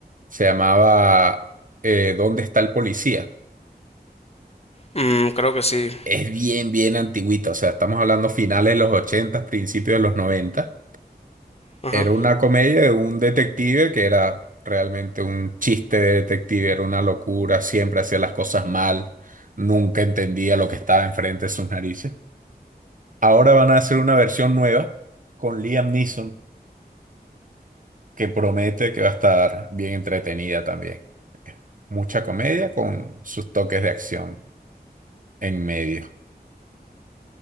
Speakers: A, on the right; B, on the left.
A: Se llamaba eh, ¿Dónde está el policía?
B: Mm, creo que sí.
A: Es bien, bien antigüita. O sea, estamos hablando finales de los 80, principios de los 90.
B: Ajá.
A: Era una comedia de un detective que era realmente un chiste de detective, era una locura, siempre hacía las cosas mal, nunca entendía lo que estaba enfrente de sus narices. Ahora van a hacer una versión nueva con Liam Neeson que promete que va a estar bien entretenida también. Mucha comedia con sus toques de acción en medio.